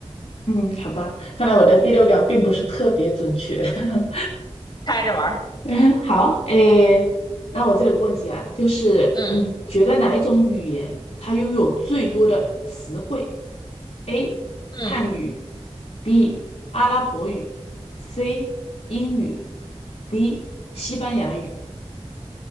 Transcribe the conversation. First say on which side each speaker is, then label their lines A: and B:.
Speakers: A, on the left (about 70°); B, on the left (about 40°).
A: 嗯，好吧，看来我的第六感并不是特别准确。<laughs>
B: 开着玩儿，
A: <laughs> 嗯，好，诶，那我这里有个问题啊，就是你觉得哪一种语言它拥有最多的词汇
B: 嗯
A: ？A.
B: 嗯。
A: 汉语，B. 阿拉伯语，C. 英语，D. 西班牙语。